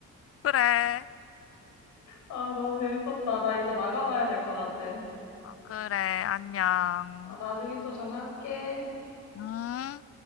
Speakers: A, on the left; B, on the left.
A: 그래.
B: 아, 너무 재밌었다. 나 이제 나가봐야 될 것 같아.
A: 어, 그래. 안녕.
B: 아, 나중에 또 전화할게.
A: 음.